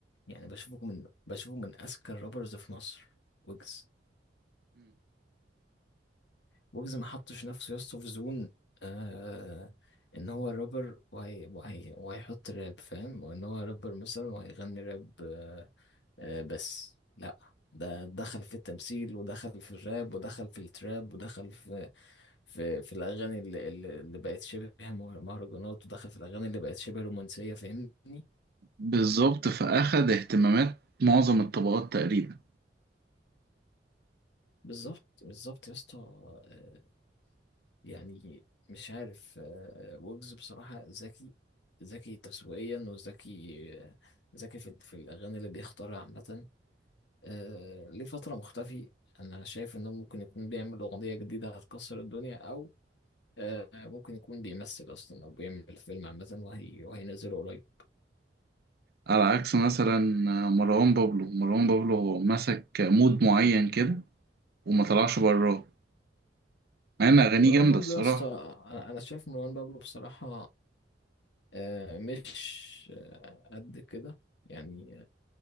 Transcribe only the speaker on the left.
يعني بشوفه من بشوفه من اذكى الرابرز في مصر ويجز ويجز ما حطش نفسه يا اسطى في زون آه ان هو رابر وهي وهي وهيحط راب فاهم وان هو رابر مثلا وهيغني راب آه، بس لا ده دخل في التمثيل ودخل في الراب ودخل في التراب ودخل في في في الاغاني اللي اللي اللي بقت شبه المه- مهرجانات ودخل في الاغاني اللي بقت شبه رومانسيه فاهمني
بالظبط بالظبط يا اسطى آه، يعني مش عارف آه، ويجز بصراحه ذكي ذكي تسويقيا وذكي آه، ذكي في في الاغاني اللي بيختارها عامه آه، ليه فتره مختفي انا شايف انه ممكن يكون بيعمل اغنيه جديده هتكسر الدنيا او آه، ممكن يكون بيمثل اصلا او بيعمل فيلم عامه وهي وهينزله قريب
مروان
بابلو
يا اسطى انا أنا شايف مروان بابلو بصراحه آه، مش آه، قد كده يعني